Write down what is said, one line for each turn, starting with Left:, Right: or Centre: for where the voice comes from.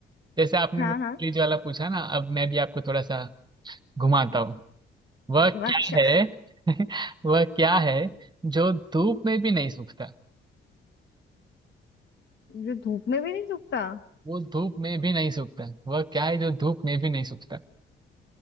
Right: जैसे आपने
Left: हाँ
Right: मैं प्लीज
Left: हाँ
Right: वाला पूछा ना अब मैं भी आपको थोड़ा सा घुमाता हूँ वह
Left: अच्छा
Right: क्या है <laughs> वह क्या है जो धूप में भी नहीं सूखता
Left: जो धूप में भी नहीं सूखता
Right: वो धूप में भी नहीं सूखता वह क्या है जो धूप में भी नहीं सूखता